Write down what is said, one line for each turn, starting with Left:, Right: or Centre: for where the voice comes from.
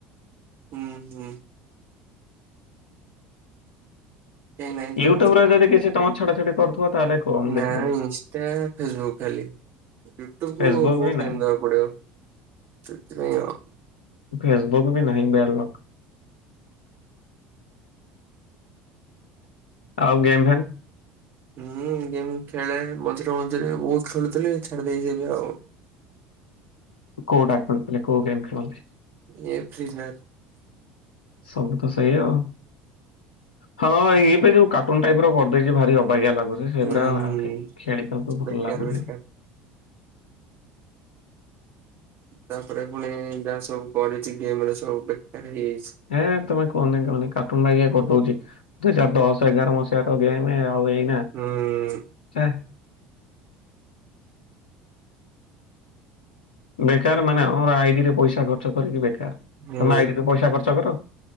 Right: ହୁଁ ହୁଁ। ଏ ନାଇଁ
Left: ୟୁଟ୍ୟୁବରେ ଯଦି କିଛି ତମ ଛଡ଼ାଛଡ଼ି କରୁଥିବ ତାହେଲେ କୁହ ମୁଁ
Right: ନାଇ
Left: ଦେଖିଦେବି
Right: ଇଷ୍ଟା ଫେସବୁକ ଖାଲି। ୟୁଟ୍ୟୁବ
Left: ଫେସବୁକ୍
Right: ବହୁତ୍
Left: ବି
Right: ଟାଇମ୍
Left: ନାହିଁ
Right: ଦେବାକୁ ପଡିବ ସେଥି ପାଇ ଆଉ।
Left: ଫେସବୁକ୍ ବି ନାହିଁ ବେଡ୍ ଲକ। ଆଉ ଗେମ୍ ଫେମ୍?
Right: ହୁଁ ଗେମ୍ ଖେଳେ ମଝିରେ ମଝିରେ ବହୁତ ଖେଳୁଥିଲି ଛାଡି ଦେଇଛି ଏବେ ଆଉ।
Left: କଉଟା ଖେଳୁ ଥିଲେ କଉ ଗେମ ଖେଳନ୍ତି?
Right: ଏ ଫ୍ରିଫାୟାର।
Left: ସବୁ ତ ସେଇଆ ଆଉ। ହଁ ଏ ଏବେ ଯୋଉ କାର୍ଟୁନ ଟାଇପର କରିଦେଇଛି ଭା ଅବାଗିଆ ଲାଗୁଛି ସେଇଗୁରା
Right: ହୁଁ
Left: ଆଉ
Right: ହୁଁ
Left: ଖେଳିବାକୁ
Right: ବେକାର
Left: ଭଲ ଲାଗୁନି।
Right: ବେକାର ତାପରେ ପୁଣି ଯାହା ସବୁ କରିଛି ଗେମରେ ସବୁ ବେକାର ହେଇଯାଇଛି।
Left: ହଁ ତମେ କହନି କହେ କାର୍ଟୁନ ବାଗିଆ କରିଦଉଛି। ଦୁଇ ଚାର ଦଶ ଏଗାର ମସିହାରେ ଗେମ ଆଉ ଏଇନା
Right: ହଁ
Left: <unintelligible> ବେକାର ମାନେ ଆମର ଆଇଡିରେ ପଇସା ଖର୍ଚ୍ଚ କରିକି ବେକାର ତମେ
Right: ହୁଁ
Left: ଆଇଡିରେ ପଇସା ଖର୍ଚ୍ଚ କର।